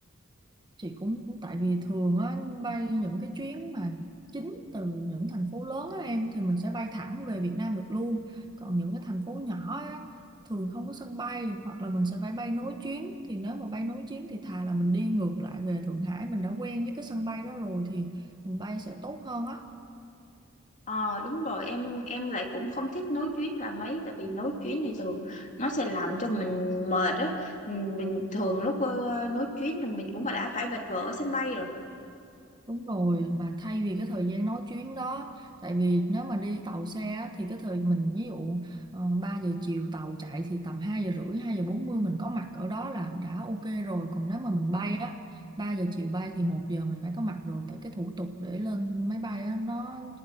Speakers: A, on the right; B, on the left.
A: chị cũng, cũng tại vì thường á bay những cái chuyến mà chính từ những thành phố lớn á em thì mình sẽ bay thẳng về Việt Nam được luôn còn những cái thành phố nhỏ á thường không có sân bay hoặc là mình sẽ phải bay nối chuyến thì nếu mà bay nối chuyến thì thà là mình đi ngược lại về Thượng Hải mình đã quen với cái sân bay đó rồi thì mình bay sẽ tốt hơn á
B: Ờ đúng rồi em em lại cũng không thích nối chuyến là mấy tại vì nối chuyến thì thường nó sẽ làm cho mình mệt á Ừ, bình thường lúc ờ, nối chuyến thì mình cũng đã phải vật vờ ở sân bay rồi
A: Đúng rồi, mà thay vì cái thời gian nói chuyến đó, tại vì nếu mà đi tàu xe á, thì cái thời mình ví dụ ờ, 3 giờ chiều tàu chạy thì tầm 2 giờ rưỡi, 2 giờ 40 mình có mặt ở đó là đã ok rồi. Còn nếu mà mình bay á, 3 giờ chiều bay thì một giờ mình phải có mặt rồi, tại cái thủ tục để lên máy bay á, nó